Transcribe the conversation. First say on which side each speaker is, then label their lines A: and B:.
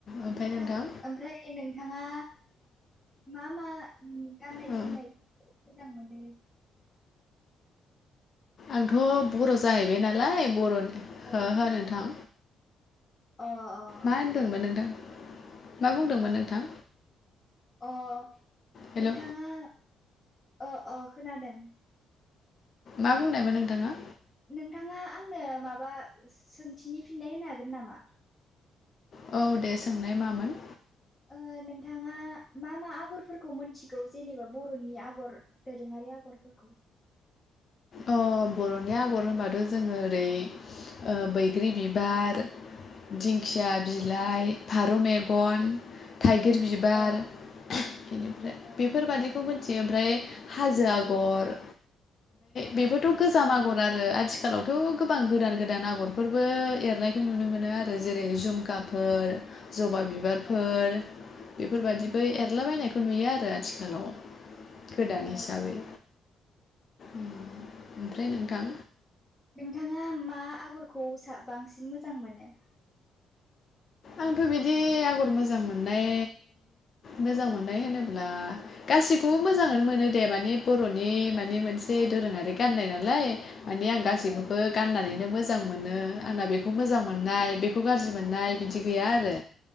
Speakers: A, on the left; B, on the left.
A: ओमफ्राय
B: ओमफ्रा
A: नोंथां
B: ओमफ्राय नोंथाङा मा मा ओम गाननाय
A: अ
B: जोमनायखौ मोजां मोनो?
A: आंथ' बर' जाहैबाय नालाय बर'नि
B: औ
A: हो हो नोंथां
B: अ अ
A: मा होनदोंमोन नोंथां मा बुंदोंमोन नोंथां?
B: अ
A: हेल'
B: नोंथाङा अ अ खोनादों
A: मा बुंनायमोन नोंथाङा?
B: नोंथाङा आंनो माबा सोंथिनि फिननाय होनो हागोन नामा?
A: औ दे सोंनाय मामोन?
B: ओ नोंथाङा मा मा आगरफोरखौ मोनथिगौ जेनेबा बर'नि आगर दोरोङारि आगर? आगर फोरखौ
A: अ बर'नि आगर होनबाथ' जोङो ओरै ओ बैग्रि बिबार दिंखिया बिलाइ फारौ मेगन। थाइगिर बिबार
B: औ
A: बेनिफ्राय
B: औ
A: बेफोरबादिखौ मोन बियो ओमफ्राय हाजो आगर
B: औ
A: बेबोथ' गोजाम आगर आरो आथिखालावथ' गोबां गोदान गोदान आगरफोरबो एरनायखौ नुनो मोनो आरो जेरै जुमखा फोर जबा बिबारफोर
B: औ
A: बेफोरबादिबो एरलाबायनायखौ नुयो आरो आथिखालाव गोदान
B: औ
A: हिसाबै
B: औ
A: उम ओमफ्राय नोंथां
B: नोंथांङा मा आगरखौ सा बांसिन मोजां मोनो
A: आंथ' बिदि आगर मोजां मोननाय मोजां मोननाय होनोब्ला गासैखौबो मोजाङानो मोनो दे माने बर'नि माने मोनसे दोरोङारि गाननाय नालाय माने आं गासैखौबो
B: औ
A: गाननानैनो मोजां मोनो आंना बेखौ मोजां मोननाय बेखौ गाज्रि मोननाय बिदि गैया आरो